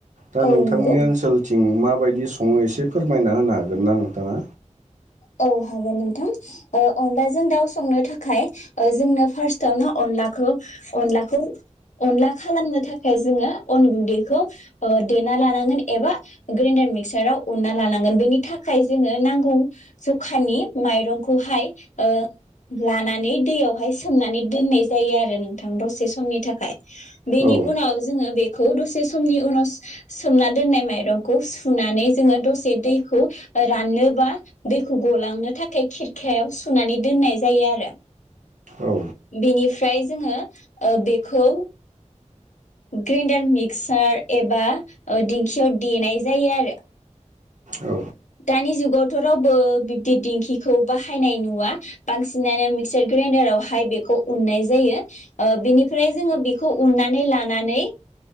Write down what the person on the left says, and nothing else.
औ
नंगौ
औ हागोन नोंथां अनलाजों दाउ संनो थाखाय जोंनो फार्स्टआवनो अनलाखौ अनलाखौ अनला खालामनो थाखाय जोङो अन गुन्दैखौ देना लानांगोन एबा ग्राइडार मिक्साराव उनना लानांगोन बेनि थाखाय जोङो नांगौ जखानि माइरंखौहाय ओ लानानै दैयावहाय सोमनानै दोननाय जायो आरो नोंथां दसे समनि थाखाय बेनि
उनाव जोङो बे खौ दसे समनि उनाव सोमना दोननाय माइरंखौ सुनानै जोङो दसे दैखौ राननोबा दैखौ गलांनो थाखाय खिरखायाव सुनानै दोननाय जायो आरो
बेनिफ्राय जोङो ओ बेखौ ग्राइडार मिक्सार एबा दिंखियाव देनाय जायो आरो
दानि जुगावथ' रावबो बिब्दि दिंखिखौ बाहायनाय नुवा बांसिनानो मिक्सार ग्राइडारावहाय बेखौ उननाय जायो ओ बेनिफ्राय जोङो बेखौ उन्नानै लानानै